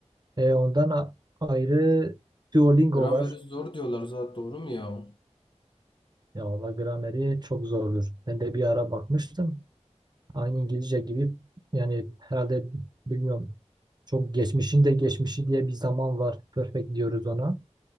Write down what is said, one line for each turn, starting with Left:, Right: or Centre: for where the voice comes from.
Right: E, ondan ayrı Duolingo
Left: grameri
Right: var.
Left: zor diyorlar zaten doğru mu ya?
Right: Ya valla grameri çok zordur. Ben de bir ara bakmıştım. Aynı İngilizce gibi yani herhalde bilmiyorum. Çok geçmişin de geçmişi diye bir zaman var. Perfect diyoruz ona.